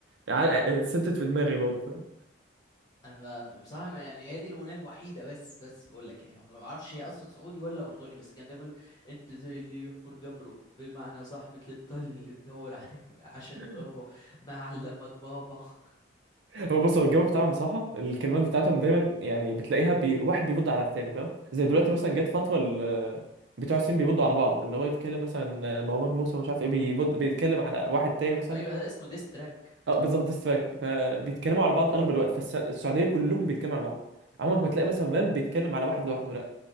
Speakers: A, on the right; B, on the left.
A: ع- سبتت في دماغي برضه فاهم
B: انا ما بصراحة ما يعني هي دي الأغنية الوحيدة بس بس بقول لك يعني ما اعرفش هي اصلا سعودي ولا أردني بس كان دايما يقول انت زي اللي يحفر جبره بمعنى صح مثل الطل اللي تدور عليك عشان
A: <laughs>
B: بابا ما علمك بابا <laughs>
A: هو بص هو الجو بتاعهم بصراحه الكلمات بتاعتهم دايما يعني بتلاقيها بي... واحد بيبض على التاني فاهم زي دلوقتي مثلا
B: أمم.
A: جت فتوى ال... بتوع الصين بيبضوا على بعض اللي هو يتكلم مثلا مروان موسى ومش عارف ايه بيبض بيتكلم على واحد تاني مثلا
B: ايوه
A: فاهم؟
B: ده اسمه ديستراك
A: اه بالظبط ديس تراك فبيتكلموا على بعض اغلب الوقت فالسعوديه كلهم بيتكلموا على بعض عمرك ما تلاقي مثلا فاب بيتكلم على واحد لوحده لا